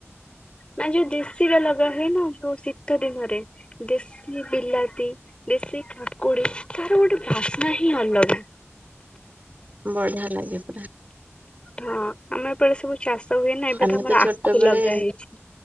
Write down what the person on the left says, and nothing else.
ନା ଯୋଉ ଦେଶୀର ଲଗା ହୁଏ ନା, ଯୋଉ ଶୀତ ଦିନରେ। ଦେଶୀ ବିଲାତି, ଦେଶୀ କାକୁଡି, ତାର ଗୋଟେ ବାସ୍ନା ହିଁ ଅଲଗା।
ହଁ, ଆମେ ଏପଟେ ସବୁ ଚାଷ ହୁଏ ନା, ଏବେ
ତ ଆମର
ଆଖୁ ଲଗା ହେଇଚି।